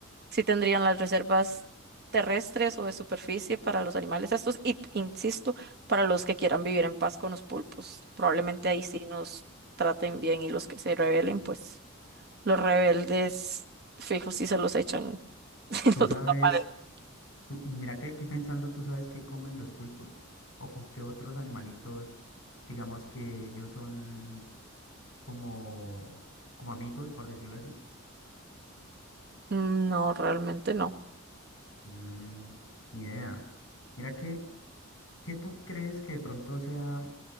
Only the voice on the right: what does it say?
sí tendrían las reservas terrestres o de superficie para los animales estos y, insisto, para los que quieran vivir en paz con los pulpos. Probablemente ahí sí nos traten bien y los que se rebelen, pues los rebeldes fijos sí se los echan <laughs> y
los
desaparecen.
No, realmente no.